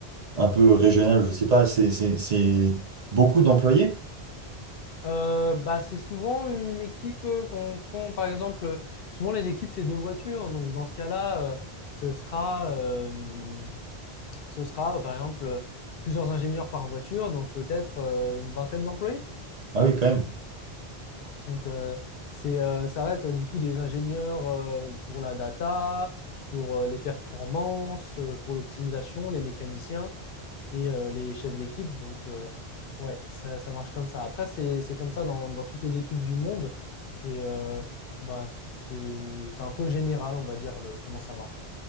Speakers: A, on the right (about 55°); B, on the left (about 65°).
A: un peu régionale, je sais pas, c'est, c'est, c'est beaucoup d'employés?
B: Euh, bah, c'est souvent une équipe, euh, quand, quand, par exemple, euh, souvent les équipes, c'est deux voitures, donc dans ce cas-là, euh, ce sera, euh, ce sera, par exemple, euh, plusieurs ingénieurs par voiture, donc peut-être euh, une vingtaine d'employés.
A: Ah oui, quand même.
B: Donc, euh, c'est, euh, ça reste euh, du coup des ingénieurs euh, pour la data, pour euh, les performances, euh, pour l'optimisation, les mécaniciens et euh, les chefs d'équipe. Donc, euh, ouais, ça, ça marche comme ça. Après, c'est, c'est comme ça dans, dans toutes les équipes du monde. Et euh, bah, c'est, c'est un peu général, on va dire, le- comment ça marche.